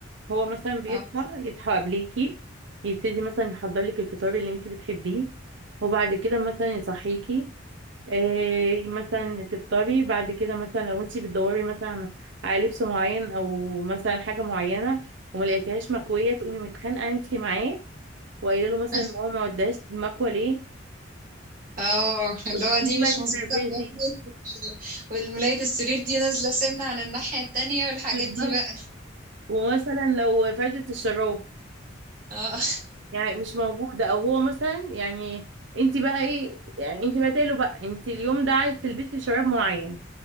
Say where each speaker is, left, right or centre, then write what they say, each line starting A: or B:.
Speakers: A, on the right; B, on the right.
A: هو مثلا بيصحى
B: اه
A: يصحى قبليكي يبتدي مثلا يحضر لك الفطار اللي انت بتحبيه وبعد كده مثلا يصحيكي إيه مثلا تفطري بعد كده مثلا لو انت بتدوري مثلا على لبس معين او مثلا حاجه معينه وما لقيتيهاش مكويه تقومي متخانقه انت معاه وقايله له مثلا
B: <laughs>
A: ان هو ما وداش المكوه ليه
B: اه اللي
A: وتبتدي
B: هو دي
A: بقى
B: مش
A: تتنرفزي
B: مظبوطه كويس والملايه السرير دي نازله سنه عن الناحيه التانية والحاجات
A: بالظبط
B: دي بقى
A: ومثلا لو فرشة الشراب
B: اه
A: يعني مش موجودة او هو مثلا يعني انت بقى ايه يعني انت بداله بقى انت اليوم ده عايز تلبسي شراب معين